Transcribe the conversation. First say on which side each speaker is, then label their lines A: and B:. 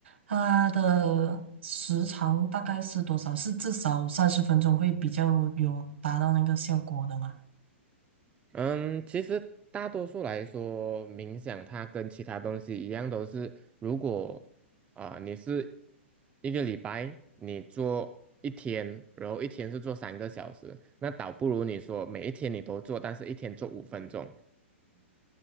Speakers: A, on the right; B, on the right.
A: 它的时长大概是多少？是至少三十分钟会比较有达到那个效果的嘛？
B: 嗯，其实大多数来说，冥想它跟其他东西一样，都是如果啊、你是一个礼拜你做一天，然后一天是做三个小时，那倒不如你说每一天你都做，但是一天做五分钟。